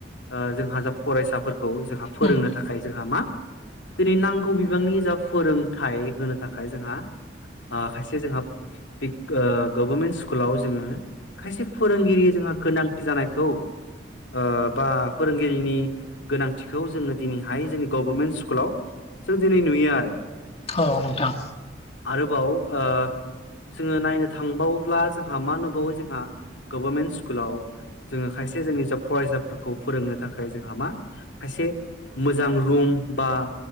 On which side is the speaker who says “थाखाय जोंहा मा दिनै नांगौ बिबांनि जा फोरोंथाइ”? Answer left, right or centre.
Left